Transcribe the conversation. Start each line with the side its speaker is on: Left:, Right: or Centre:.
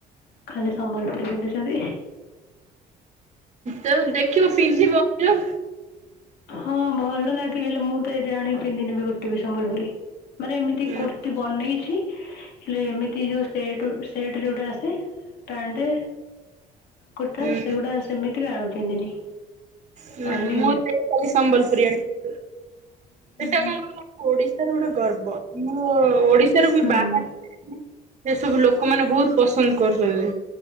Left: ଖାଲି ସମ୍ବଲ୍ ହାଦି
Right: ତୋ ଦେଖିବ ପିନ୍ଧିବ ଇଅ
Left: ହଁ ଭଲ ଲାଗେ ହେଲେ ମୁଁ ତ ଏଯାଏଁ ଆଣି ପିନ୍ଧିନି ବି ଗୋଟେ ବି ସମ୍ବଲପୁରୀ। ମାନେ ଏମିତି
Right: ହୁଁ
Left: କୁର୍ତ୍ତିୀ ବନେଇଛି ହେଲେ ଏମିତି ଯୋଉ ସେଟ୍ ସେଟ୍ ଯୋଉଟା ଆସ୍ ସେ ପ୍ୟାଣ୍ଟେ କୁର୍ତ୍ତା
Right: ହୁଁ
Left: ସେଉଡ଼ା ସେମିତିକା ଆଉ ପିନ୍ଧିନି।
Right: ହୁଁ
Left: ଆଣିନି
Right: ମୁଁ ତ ଏ କାଲି ସମ୍ବଲପୁରୀ ଆଣିଥିଲି।
Left: କେବେ।
Right: ଏଟା କଁ କହିଲ ଓଡ଼ିଶାର ଗୋଟେ ଗର୍ବ ଆମର ଓ ଓଡ଼ିଶାରୁ
Left: ହୁଁ
Right: ପା ବାହାର ସେ ସବୁ ଲୋକମାନେ ବୋହୁତ ପସନ୍ଦ କରୁଛନ୍ତି।